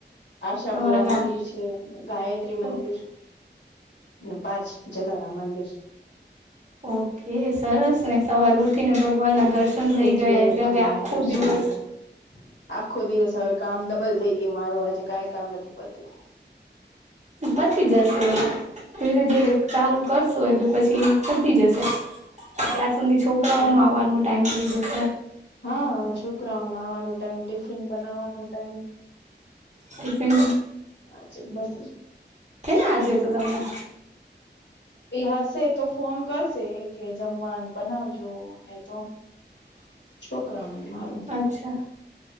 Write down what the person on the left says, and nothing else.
આશાપુરા
મંદિર છે ગાયત્રી મંદિર
ને પાંચ જલારામ મંદિર
ઉઠી
ઉઠીને
દર્શન
થય આખો દિવસ હવે કામ ડબલ થઈ ગ મારું આજે કઈ કામ નથી પતયુ
હમ
હા છોકરાઓને આવાનું ટાઈમ ટિફિન બનાવવાનું ટાઈમ
<unintelligible> બધું
એ હશે તો ફોન કરશે કે જમવાનું બનાવજો નહી તો છોકરાઓ અને મારું